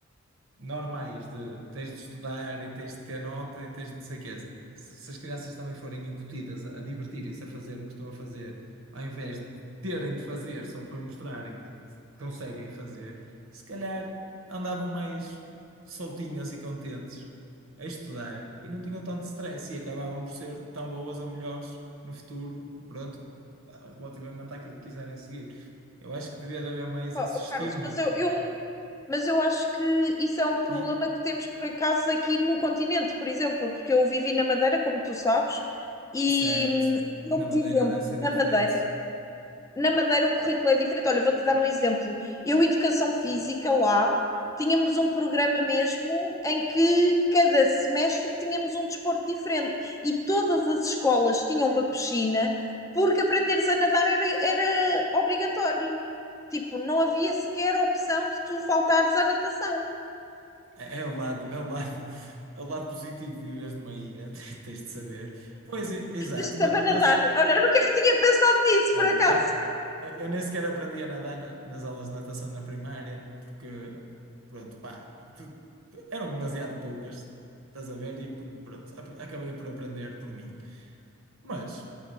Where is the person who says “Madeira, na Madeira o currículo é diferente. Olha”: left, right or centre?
Left